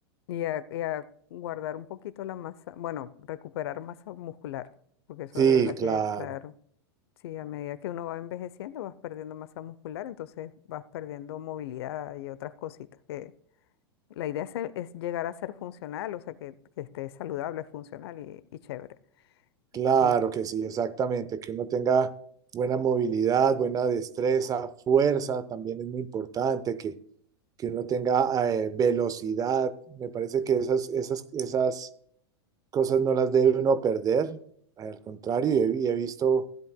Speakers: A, on the left; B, on the right.
A: Y a, y a guardar un poquito la masa, bueno, recuperar masa muscular, porque eso
B: Sí,
A: de verdad
B: claro,
A: que, claro, sí, a medida que uno va envejeciendo vas perdiendo masa muscular, entonces vas perdiendo movilidad y otras cositas que la idea es, es llegar a ser funcional, o sea, que, que esté saludable, funcional y, y chévere.
B: claro
A: Y
B: que sí, exactamente, que uno tenga buena movilidad, buena destreza, fuerza, también es muy importante que que uno tenga eh, velocidad. Me parece que esas, esas, esas cosas no las debe uno perder. Al contrario, y he, he, visto